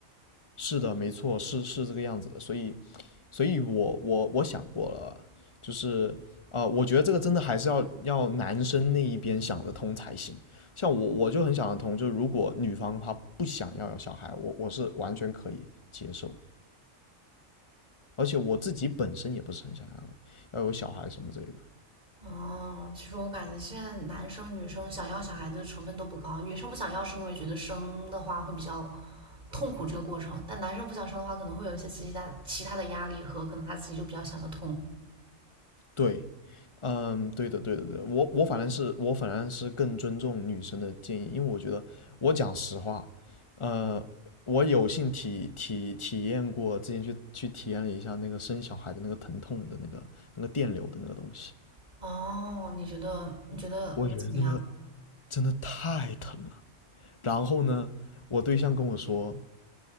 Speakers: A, on the left (about 25°); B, on the right (about 35°).
A: 是的，没错，是是这个样子的，所以，所以我我我想过了啊，就是呃，我觉得这个真的还是要要男生那一边想得通才行。像我我就很想得通，就是如果女方她不想要有小孩，我我是完全可以接受，而且我自己本身也不是很想要要有小孩什么之类的。
B: 哦，其实我感觉现在男生女生想要小孩的成分都不高，女生不想要是因为觉得生的话会比较痛苦这个过程，但男生不想生的话可能会有一些其他其他的压力和可能他自己就比较想得通。
A: 对，嗯，对的，对的，对的我我反正是我反正是更尊重女生的建议，因为我觉得我讲实话，呃，我有幸体体体验过，之前去去体验了一下那个生小孩的那个疼痛的那个那个电流的那个东西，
B: 哦，你觉得你觉得怎么样？
A: 我觉得那个真的太疼了。然后呢，我对象跟我说，